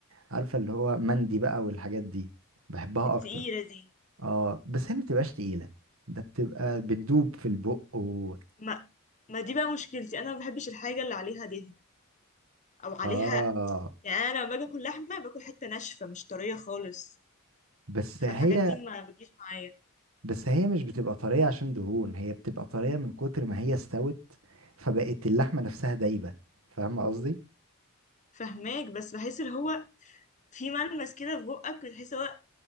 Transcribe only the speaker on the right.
عارفة اللي هو مندي بقى والحاجات دي بحبها
اكتر
اه بس هي ما بتبقاش تقيلة ده بتبقى بتدوب في البق و...
اه
بس
هي
بس هي مش بتبقى طرية عشان دهون هي بتبقى طرية من كتر ما هي استوت فبقت اللحمة نفسها دايبة فاهم قصدي؟